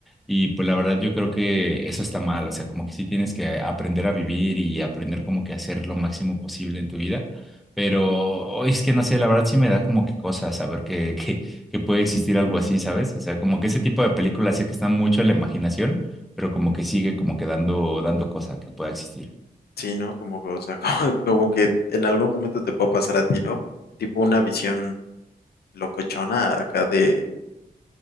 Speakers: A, in the centre; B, on the left.
A: Y pues la verdad yo creo que eso está mal, o sea, como que sí tienes que aprender a vivir y aprender como que a hacer lo máximo posible en tu vida. Pero oh, es que no sé, la verdad sí me da como que cosa saber que, que, que puede existir algo así, ¿sabes? O sea, como que ese tipo de películas sé que están mucho a la imaginación, pero como que sigue como que dando, dando cosa que pueda existir.
B: Sí, ¿no? Como, que, o sea, <laughs> como, como que en algún momento te puede pasar a ti, ¿no? Tipo una visión locochona acá de,